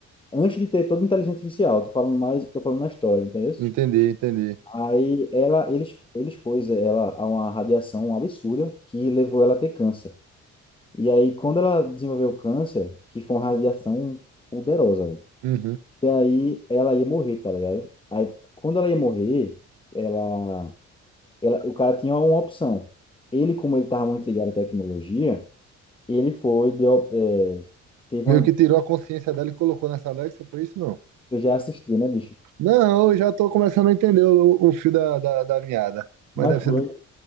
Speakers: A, on the left; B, on the right.
A: Antes de ter toda a inteligência artificial, tô falando mais, tô falando na história, entendeu?
B: entender entender
A: Aí ela, ele, ex- ele expôs ela a uma radiação absurda que levou ela a ter câncer. E aí, quando ela desenvolveu câncer, que foi uma radiação poderosa, velho,
B: Uhum.
A: que aí ela ia morrer, tá ligado? Aí, quando ela ia morrer, ela, ela, o cara tinha uma opção. Ele, como ele estava muito ligado à tecnologia, ele foi, deu, é, teve
B: Meio
A: uma.
B: que tirou a consciência dela e colocou nessa Alexa, por isso não.
A: Eu já assisti, né, bicho?
B: Não, eu já tô começando a entender o, o fio da, da, da meada.
A: Mas
B: Mas deve
A: foi,
B: ser do-